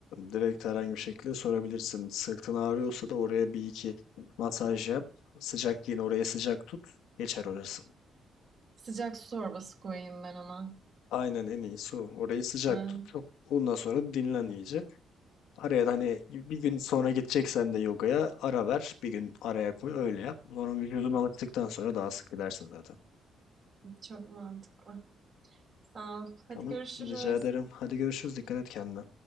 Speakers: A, on the left (about 90°); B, on the right (about 50°).
A: Direkt herhangi bir şekilde sorabilirsin. Sırtın ağrıyorsa da oraya bir iki masaj yap. Sıcak giyin oraya sıcak tut. Geçer orası.
B: Sıcak su torbası koyayım ben ona.
A: Aynen en iyisi o. Orayı sıcak
B: Ay,
A: tut. Çok- Ondan sonra dinlen iyice. Araya da hani bir gün sonra gideceksen de yogaya ara ver. Bir gün araya koy öyle yap. Sonra vücudun alıştıktan sonra daha sık gidersin zaten.
B: çok mantıklı. Sağ ol. Hadi
A: Tamam.
B: görüşürüz.
A: Rica ederim. Hadi görüşürüz. Dikkat et kendine.